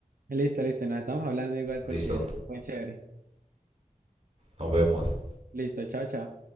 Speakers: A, on the right (about 80°); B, on the right (about 50°).
A: listo, listo. Nos estamos hablando igual
B: Listo,
A: porque fue chévere.
B: nos vemos.
A: Listo, chao, chao.